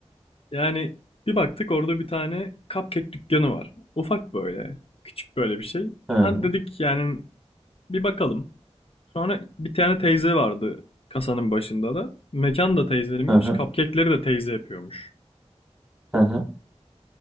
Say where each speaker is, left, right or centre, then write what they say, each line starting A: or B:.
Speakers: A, on the left; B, in the centre.
A: Yani bir baktık orada bir tane cupcake dükkanı var. Ufak böyle. Küçük böyle bir şey.
B: Hı
A: Hadi
B: hı.
A: dedik yani bir bakalım. Sonra bir tane teyze vardı kasanın başında da. Mekan da teyzeninmiş.
B: Hı hı.
A: Cupcake'leri de teyze yapıyormuş.
B: Hı hı.